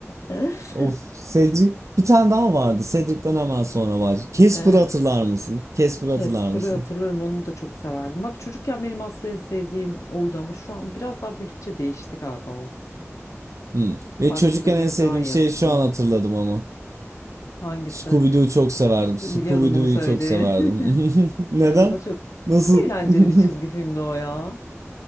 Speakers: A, on the left; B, on the right.
A: <laughs>
B: Of Cedric. Bir tane daha vardı. Cedric'ten hemen sonra var. Casper'ı
A: Ee,
B: hatırlar mısın? Casper'ı
A: Casper'ı
B: hatırlar mısın?
A: hatırlarım onu da çok severdim. Bak çocukken benim aslında en sevdiğim oydu ama şu an biraz daha büyüdükçe değişti galiba o.
B: Hmm. Ve
A: Bugs
B: çocukken
A: Bunny'yi
B: en sevdiğim
A: daha iyi
B: şey
A: hatırlıyorum.
B: şu an hatırladım ama.
A: Hangisi?
B: Scooby-Doo'yu çok severdim.
A: Biliyordum
B: Scooby-Doo'yu
A: bunu söyleyeceğini.
B: çok severdim.
A: <laughs>
B: <laughs> Neden?
A: Evet o da çok
B: Nasıl?
A: çok eğlenceli bir çizgi
B: <laughs>
A: filmdi o ya.